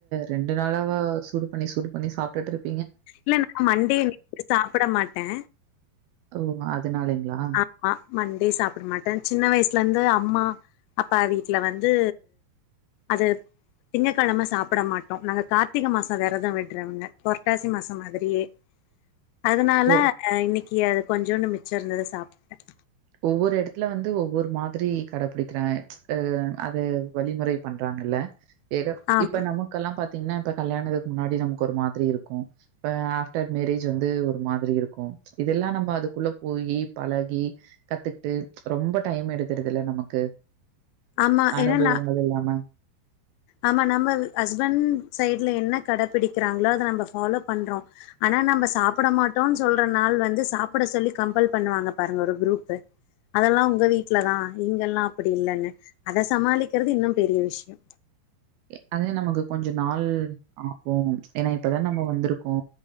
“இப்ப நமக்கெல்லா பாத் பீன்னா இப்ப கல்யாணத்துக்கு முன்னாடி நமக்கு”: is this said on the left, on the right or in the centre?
Right